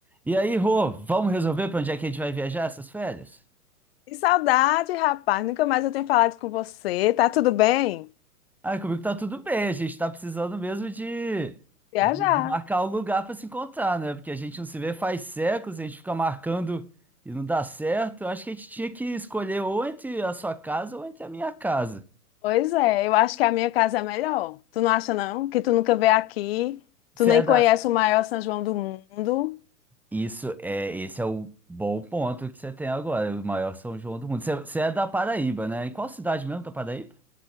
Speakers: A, in the centre; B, on the left.
A: E aí, Rô, vamos resolver para onde é que a gente vai viajar essas férias?
B: Que saudade, rapaz. Nunca mais eu tenho falado com você. Tá tudo bem?
A: Ah, comigo tá tudo bem, a gente tá precisando mesmo de,
B: Viajar.
A: de, de marcar um lugar para se encontrar, né? Porque a gente não se vê faz séculos, a gente fica marcando e não dá certo. Eu acho que a gente tinha que escolher ou entre a sua casa ou entre a minha casa.
B: Pois é, eu acho que a minha casa é melhor. Tu não acha, não? Que tu nunca veio aqui,
A: Você
B: tu nem
A: é
B: conhece
A: da...
B: o maior São João do mundo.
A: Isso é, esse é o bom ponto que você tem agora, o maior São João do mundo. Você, você é da Paraíba, né? Em qual cidade mesmo da Paraíba?